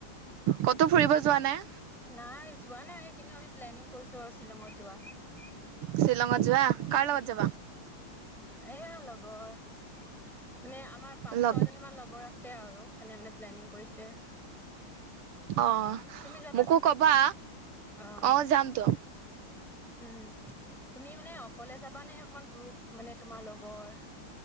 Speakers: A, on the right; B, in the centre.
A: কতো ফুৰিব যোৱা নাই?
B: নাই যোৱা নাই কিন্তু আমি প্লেনিং কৰিছো আৰু শ্বিলঙত যোৱা।
A: শ্বিলঙত যোৱা কাৰ লগত যাবা
B: এয়া লগৰ মানে আমাৰ পাঁচ
A: লগ
B: ছয় জনী মান লগৰ আছে আৰু সেনে মানে প্লেনিং কৰিছে।
A: অ'
B: আহ তুমি যাবা
A: মোকো
B: নেকি
A: ক'বা
B: আহ।
A: অ' যামতো
B: উম তুমি মানে অকলে যাবাানে অকমান গ্ৰুপ মানে তোমাৰ লগৰ